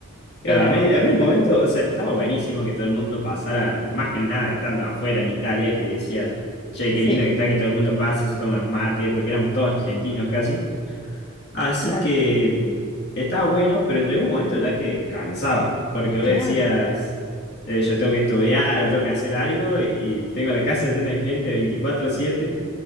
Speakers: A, on the left (about 50°); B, on the left (about 20°).
A: Claro,
B: Pero
A: A mí, a mí el momento, o sea, estaba buenísimo que todo el mundo pasara, más que nada estando afuera en Italia, que decía, che,
B: sí,
A: qué lindo que está que todo el mundo pase, se toma unos mates, porque éramos todos argentinos casi. Así
B: claro,
A: que mm, estaba bueno, pero llegó un momento ya que cansaba, porque vos
B: claro.
A: decías, eh, yo tengo que estudiar o tengo que hacer algo y tengo la casa llena de gente veinticuatro siete.